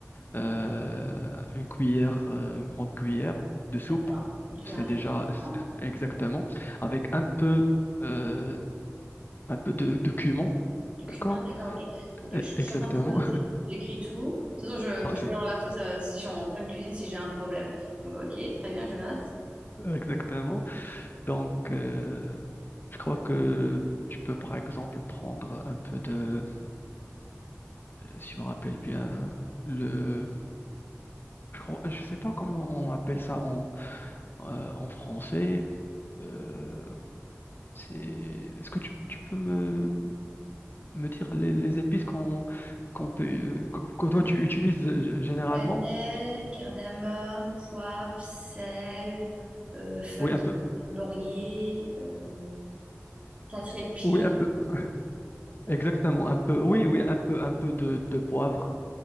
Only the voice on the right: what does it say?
d'accord. Une cuillère
à
soupe, d'accord.
Du cumin,
d'accord, ok. Ok, je,
je
suis en train de tout noter. J'écris tout. De toute façon, je,
je reviens vers toi ça, si je suis en pleine cuisine, si j'ai un problème. Donc, ok, très bien, je note.
Euh,
Cannelle, cardamome, poivre, sel, euh, feuille
de laurier, euh, quatre épis.